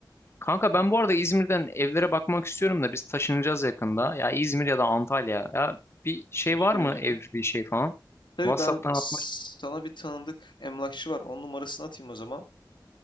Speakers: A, on the left; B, on the left.
A: Kanka ben bu arada İzmir'den evlere bakmak istiyorum da biz taşınacağız yakında. Ya İzmir ya da Antalya. Ya bir şey
B: Hoş
A: var
B: geliyorsunuz.
A: mı ev bir şey falan?
B: Tabii
A: WhatsApp'tan
B: ben sana
A: atma.
B: bir tanıdık emlakçı var. Onun numarasını atayım o zaman.